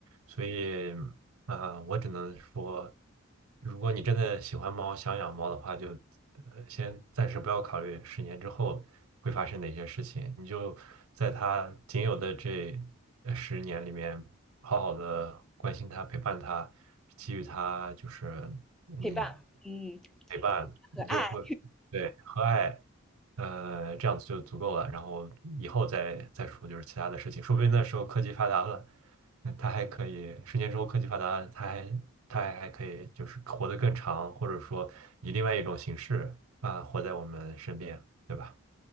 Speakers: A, on the right (about 85°); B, in the centre.
A: 所以。啊，我只能说，如果你真的喜欢猫，想养猫的话，就呃先暂时不要考虑十年之后会发生哪些事情，你就在它仅有的这呃十年里面，好好的关心它、陪伴它，给予它就是你
B: 陪伴，嗯，
A: 陪伴，你就会对和爱，
B: 和爱。
A: 呃，这样子就足够了。然后以后再再说就是其他的事情，说不定那时候科技发达了。嗯，它还可以，十年之后科技发达，它还它还还可以就是活得更长，或者说以另外一种形式啊，活在我们身边，对吧？